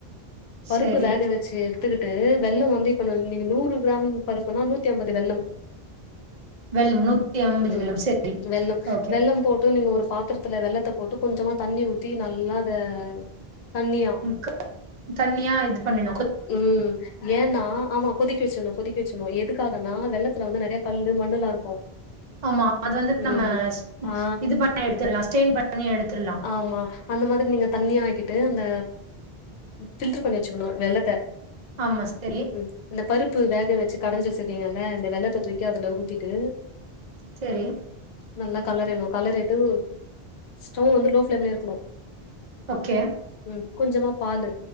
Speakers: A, on the left; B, on the right.
A: பருப்பு
B: சரி
A: வேக வச்சு எ த்துக்கிட்டு வெல்லம் வந்து இப்ப நீ நூறு கிராம் பருப்புனா நூத்தி அம்பது வெல்லம்
B: வெல்லம் நூத்தி ஐம்பது
A: ம்
B: வெல்லம் சரி
A: வெல்லம்
B: ஓகே
A: வெல்லம் போட்டு நீங்க ஒரு பாத்திர த்துல வெல்லத்த போட்டு கொஞ்சமா தண்ணி ஊத்தி நல்லா அத தண்ணியா
B: க தண்ணியா இது பண்ணணு
A: ம் ஏன்னா ஆமா கொதிக்க செச்சரணு கொதிக்க வச்சுரணு எதுக்காகன்னா வெல்லத்துல வந்து நெறைய கல்லு மண்ணு எல்லா இருக்கு
B: ஆமா அது வந்து
A: ம்
B: நம்ம
A: ஆ
B: இது பண்ணி எடுத்துரலா ஸ்டெயின் பண்ணி எடுத்துரலா
A: ஆமா அந்த மாதிரி நீங்க தண்ணியா ஆக்கிட்டு அந்த பில்டர் பண்ணி வச்சுக்கணு வெல்லத்த
B: ஆமா சரி
A: ம் இந்த பருப்பு வேக வச்சு கடைஞ்சி வச்சிருக்கீங்கள இந்த வெல்லத்த தூக்கி அதுல ஊத்திட்டு
B: சரி
A: நல்ல கெளரிணு கெளரிட்டு ஸ்டவ் வந்து லோ ஃப்ளேல இருக்கணு
B: ஓகே
A: ம் கொஞ்சமா பாலு